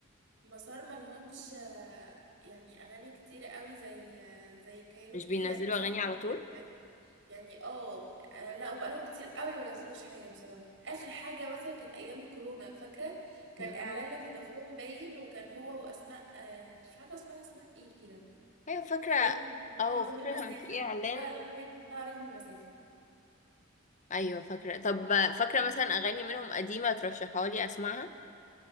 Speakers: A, on the right; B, on the left.
A: مسار ملهمش آه، يعني اغاني كتير قوي زي آه، زي كايروكي
B: مش بينزلوا
A: يعني مثلا
B: أغاني على طول
A: اغاني بتاعت- يعني اه آه، لا وبقالهم كتير قوي ما نزلوش حاجة بصراحة اخر حاجة مثلا كانت ايام الكورونا فاكرة كان
B: مم.
A: اعلان لفودافون باين وكان هو واسماء آه، مش عارفة اسمها اسماء ايه كده
B: ايوه فاكرة
A: ليه كانت
B: اه
A: رغم
B: فاكرة
A: المسافة
B: كان في اعلان
A: لا الاغنية كانت اسمها رغم المسافة
B: ايوه فاكرة طب فاكرة مثلا أغاني منهم قديمة ترشحها لي اسمعها